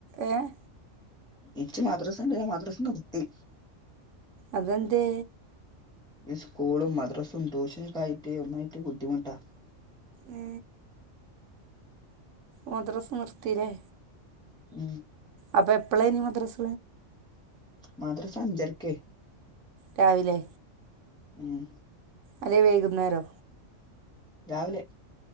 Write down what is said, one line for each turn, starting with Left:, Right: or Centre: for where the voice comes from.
Right: ഏഹ്
Centre: എച്ച് മദ്രസണ്ട് മദ്രസ നി ത്തി
Right: അതെന്തേ
Centre: ഈ സ്കൂളും മദ്രസും ട്യൂഷനും ക്കായിട്ട് ഒന്നായിട്ട് ബുദ്ധിമുട്ടാ
Right: ഏ, മദ്രസ നിർത്തിലെ
Centre: മ്മ്
Right: അപ്പാ എപ്പോഴെന്ന് മദ്രസ
Centre: മദ്രസ അഞ്ചരക്കെ
Right: രാവിലെ
Centre: മ്മ്
Right: അല്ലെ വൈകുന്നേരോ
Centre: രാവിലെ